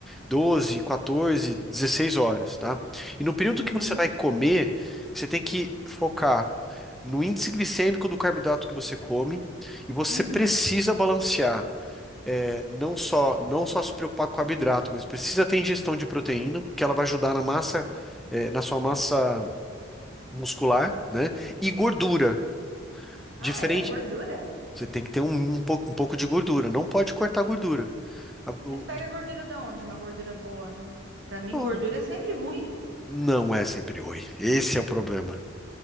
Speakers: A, in the centre; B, on the right.
A: 12, 14, 16 horas, tá? E no período
B: Uhum.
A: que você vai comer, você tem que focar no índice glicêmico do carboidrato que você come e você
B: Uhum.
A: precisa balancear. é, não só não só se preocupar com o carboidrato, mas precisa ter ingestão de proteína, que ela vai ajudar na massa, é, na sua massa muscular, né? E gordura.
B: Ah,
A: Diferente,
B: é? Gordura?
A: você tem que ter um, um pouco, um pouco de gordura. Não pode cortar gordura. A-
B: Mas
A: o-
B: pega gordura da onde? Uma gordura boa? Não- Pra mim,
A: o-
B: gordura é sempre ruim.
A: não é sempre ruim. Esse é o problema.